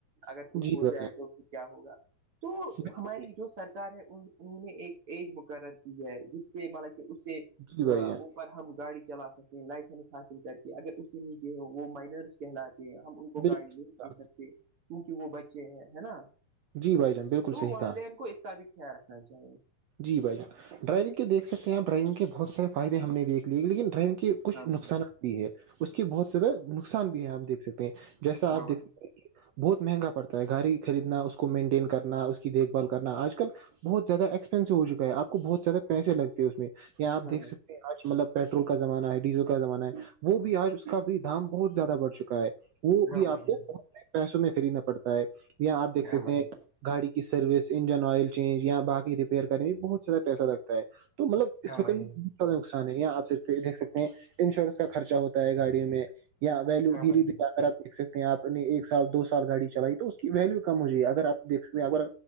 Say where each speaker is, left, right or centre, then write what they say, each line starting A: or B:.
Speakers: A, on the right; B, on the right.
A: اگر
B: جان
A: کچھ
B: جی
A: ہو
B: بھائی
A: جائے توھر کیا ہوگا تو
B: جان
A: ہماری جو سرکار ہے ان انہوں نے ایک ایج مقرر کی ہے جس سے مطلب کہ اس سے
B: جی بھائی جان
A: اوپر ہم گاڑی چلا سکتے ہیں لائسنس حاصل کر کے اگر اس سے نیچے ہو وہ مائنرس کہلات ہم ان کو
B: بالکل
A: گاڑی نہیں دے سکتے کیونکہ وہ بچے ہیں ہے نا
B: جی بھائی جان بالکل صحیح
A: تو والدین
B: کہا
A: کو اس کا بھی خیال رکھنا چاہیے
B: جی بھائیان ڈائیونگ کےیک سکتے ہیں آ ڈرائیونگ کے بہت سارے فائدے ہم نے دھ لیے لیکن ڈرائیونگ کے کچھ
A: ہاں
B: نقصانات
A: بھائی
B: بھی ہے اس کے بہت زیادہ نقصان بھی ہیں آپ دیکھ سکتے ہیں جیسا
A: ہاں
B: آپ
A: بھائی
B: دیکھ سکتے ہیں بہت مہنگا پڑتا ہے گاڑی خریدنا اس کو مینٹین کرنا اس کی دیکھ بھال کرنا آج کل بہت زیادہ ایکسپینسو ہو چکا ہے آ کو بہت زیادہ پیسے لگتے ہیں میں یہ آپیکھ
A: ہاں بھائی
B: سکتے آج مطلب پیٹرول کا زمانہ ہے ڈیزل کا زمانہ ہے وہ بھی آج اس کا بھی دام بہت زیادہ بڑ چکا ہے وہ
A: ہاں
B: بھی آپ
A: بھائی
B: کو
A: جان
B: بہت پیسوں میں خریدنا پڑتا ہے یا آپ دیکھ
A: ہاں
B: سکتے
A: بھائی
B: ہیں
A: جان
B: گاڑی کی سروس انجن آئلینج یا بای ریپیئر کرنے میں بہت سدا پیسہ لگتا ہے تو مطلب اس
A: ہاں
B: میں
A: بھائی
B: کبھی نقصان ہے یہاں آپیک دیکھ سکتے ہیں انشورینس کا خرچہ ہوتا ہے گاڑیوں میں اں ویلو
A: ہاں
B: دھیرری
A: بھائی
B: جا کر آ دیکھ سک آپ نے ایک سال دو سال گاڑی چلائی تو اس کی ویلو کم ہو جائے اگرپ دیک سکتے ہیں اگر